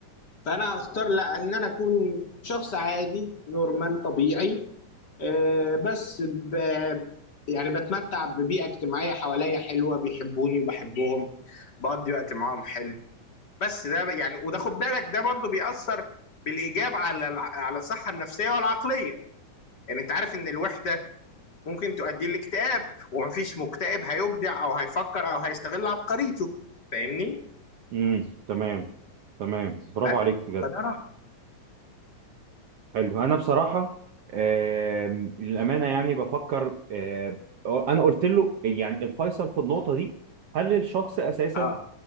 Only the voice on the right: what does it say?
امم تمام تمام برافو
عليك بجد
حلو انا بصراحه آم، للامانه يعني بفكر آم، انا قلت له يعني الفيصل في النقطه دي هل الشخص اساسا